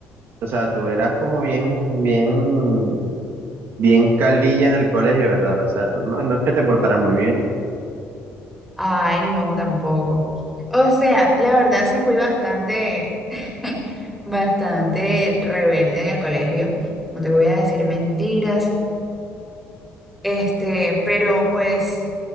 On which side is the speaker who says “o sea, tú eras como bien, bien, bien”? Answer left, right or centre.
Right